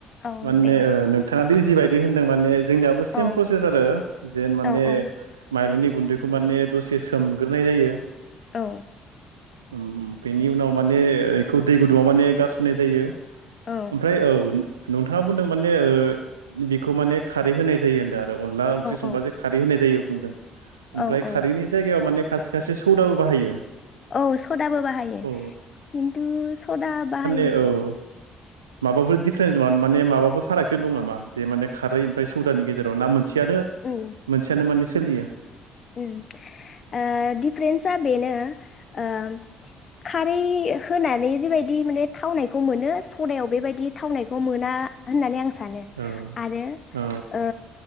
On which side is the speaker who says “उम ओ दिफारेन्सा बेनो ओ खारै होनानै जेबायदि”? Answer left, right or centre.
Left